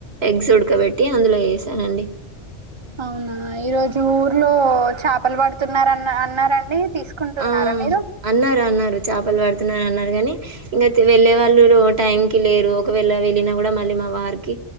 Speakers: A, on the right (about 60°); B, on the right (about 25°).
A: ఎగ్స్ ఉడకబెట్టి అందులో ఏసానండి.
B: అవునా ఈరోజు ఊర్లో చేపలు పడుతున్నారన్న అన్నారండి. తీసుకుంటున్నారా
A: ఆ
B: మీరు
A: అన్నారు అన్నారు చేపలు పడుతున్నా అన్నారు కానీ ఇంకా వెళ్ళే వాళ్ళు టైం కి లేరు ఒకవేళ వెళ్ళినా కూడా మళ్ళీ మా వారికి